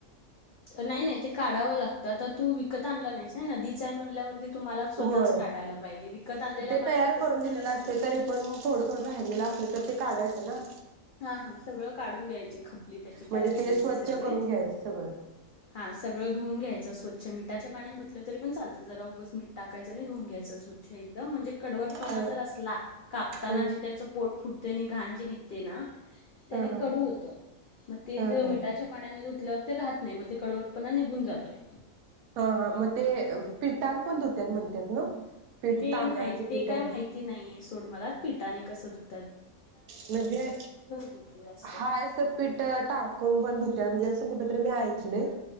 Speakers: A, on the left (about 80°); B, on the right (about 85°).
A: नाही नाही ते काढावं लागत. आता. तू विकत आणला नाहीस ना नदी चा म्हणल्यावरती. तुम्हाला स्वतःच
B: होय,
A: काढायला पाहिजे विकत आणलेल्या
B: ते
A: माशात
B: तयार
A: कसं
B: करून दिलेलं
A: ते नसतं
B: असते तरी पण थोडं थोडं राहिलेलं असल तर ते काढायच? ना.
A: हा हा सगळं काढून घ्यायची खपली त्याची
B: म्हणजे
A: काय असेल
B: ते स्वच्छ
A: ती सगळीच,
B: करून घ्यायचं सगळं.
A: हा. सगळ धूऊन घ्यायचं. स्वचछ मिठाच्या पाण्याने धधुतलं तरी पण चालत. ते जरा उगच मीठ टाकायचं आणि धऊन घ्यायचं स्वच्छ एकदम म्हणजे कडवटपणा
B: ह
A: जर असला कापना
B: ह
A: जे त्या पोट फूट त्यांनी घाण जे निघ ते ना. त्याने
B: ह
A: कडू होत, म ते
B: ह
A: जे
B: ह.
A: मिठाच्या पाण्याने धुत धुतल ते राहत नाही, म ते कडवटपणा निघून जातोय.
B: हा हा म ते पीठाने पण धुत्यात म्हणतात ना. पीठ
A: ते
B: तांदळाचे
A: नाही ते
B: पीठ
A: काय माहिती नाहीये सोड मला पिठाने कस धूत
B: म्हणजे,
A: धुते जास्त
B: हायस पीठ टाकून पण धुत्यात म्हणजे अस कुठतरी मी ऐकलय.